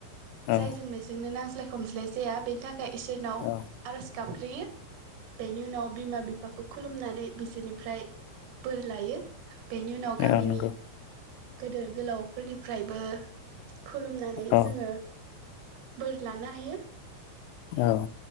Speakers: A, on the left (about 85°); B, on the right (about 85°).
A: औ
B: जायजों मेजों नो नांज्लाय खमज्लाय जाया बेनि थाखाय इसोरनाव
A: औ
B: आर'ज गाब ग्रोयो। बेनि उनाव बिमा बिफाखौ खुलुमनानै बिसोरनिफ्राय बोर लायो। बेनि उनाव गामिनि
A: औ नंगौ
B: गोदोर गोलावफोरनिफ्रायबो खुलुमनानै
A: औ
B: जोङो बोर लानो हायो।
A: औ।